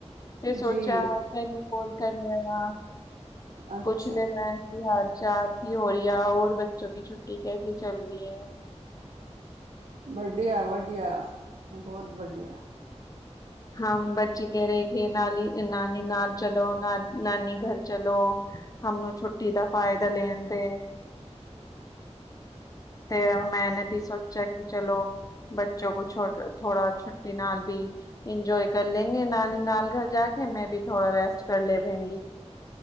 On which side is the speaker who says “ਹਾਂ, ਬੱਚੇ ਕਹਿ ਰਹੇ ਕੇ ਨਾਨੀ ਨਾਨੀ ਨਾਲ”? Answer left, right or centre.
Left